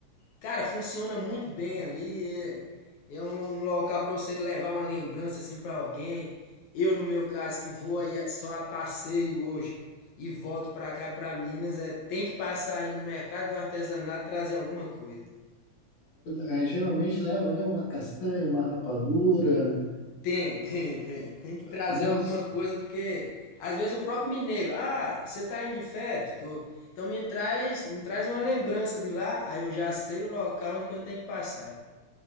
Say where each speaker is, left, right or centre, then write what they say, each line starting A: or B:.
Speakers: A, on the left; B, on the left.
A: Cara, funciona muito bem ali. É, é um, um local para você levar uma lembrança assim para alguém. Eu, no meu caso, que vou aí a- só a passeio hoje e volto para cá para Minas, é, tem que passar aí no mercado do artesanato e trazer alguma coisa.
B: É, é, geralmente leva, né? Uma castanha, uma rapadura.
A: Tem, <laughs> tem, tem. Tem que trazer
B: Nossa,
A: alguma coisa, porque às vezes o próprio mineiro, ah, você tá indo de férias? Tô. Então me traz, me traz uma lembrança de lá, aí eu já sei o local onde que eu tenho que passar.